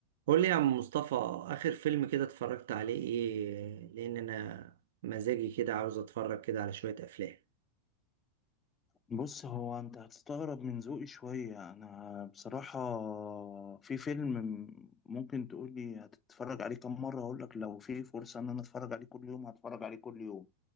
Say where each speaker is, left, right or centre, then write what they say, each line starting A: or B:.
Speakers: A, on the right (about 70°); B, on the left (about 15°).
A: قول لي يا عم مصطفى آخر فيلم كده اتفرجت عليه إيه؟ لأن أنا مزاجي كده عاوز أتفرج كده على شوية أفلام
B: بص هو انت هتستغرب من ذوقي شوية انا بصراحة في فيلم ممكن تقولي هتتفرج عليه كم مرة هقولك لو في فرصة ان انا اتفرج عليه كل يوم هتفرج عليه كل يوم